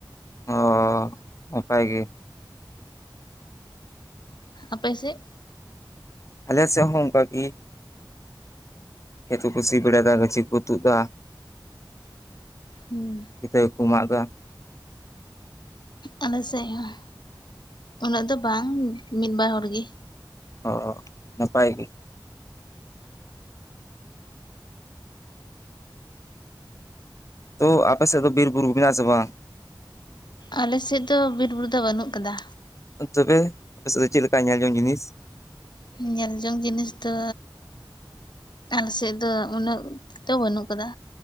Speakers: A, on the left; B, on the left.
A: ᱚ ᱱᱟᱯᱟᱭ ᱜᱮ᱾
B: ᱟᱯᱮ ᱥᱮᱫ?
A: ᱟᱞᱮ ᱥᱮᱫ ᱦᱚᱸ ᱚᱱᱠᱟᱜ ᱜᱮ᱾ ᱦᱮᱸᱛᱚᱜ ᱠᱚ ᱥᱤ ᱵᱟᱲᱟᱭ ᱫᱟ ᱜᱟᱹᱪᱷᱤ ᱠᱚ ᱛᱩᱫᱼᱫᱟ᱾
B: ᱦᱩᱸ᱾
A: ᱵᱷᱤᱛᱟᱹ ᱠᱚᱠᱚ ᱢᱟᱜᱼᱫᱟ᱾
B: ᱟᱞᱮ ᱥᱮᱫ ᱦᱚᱸ ᱩᱱᱟᱹᱜ ᱫᱚ ᱵᱟᱝ ᱢᱤᱫ ᱵᱟᱨ ᱦᱚᱲᱜᱤ᱾
A: ᱚᱼᱚᱼᱚ ᱱᱟᱯᱟᱭ ᱜᱮ᱾ ᱛᱚ ᱟᱯᱮ ᱥᱮᱫ ᱫᱚ ᱵᱤᱨᱵᱩᱨᱩ ᱢᱮᱱᱟᱜ ᱟᱼᱥᱮ ᱵᱟᱝ?
B: ᱟᱞᱮᱥᱮᱫ ᱫᱚ ᱵᱤᱨᱼᱵᱩᱨᱩ ᱫᱚ ᱵᱟᱹᱱᱩᱜ ᱠᱟᱫᱟ᱾
A: ᱛᱚᱵᱮ ᱟᱯᱮ ᱥᱮᱫ ᱫᱚ ᱪᱮᱫ ᱞᱮᱠᱟ ᱧᱮᱞ ᱡᱚᱝ ᱡᱤᱱᱤᱥ?
B: ᱧᱮᱞ ᱡᱚᱝ ᱡᱤᱱᱤᱥ ᱫᱚ ᱟᱞᱮᱥᱮᱫ ᱫᱚ ᱩᱱᱟᱹᱜ ᱛᱚ ᱵᱟᱹᱱᱩᱜ ᱠᱟᱫᱟ᱾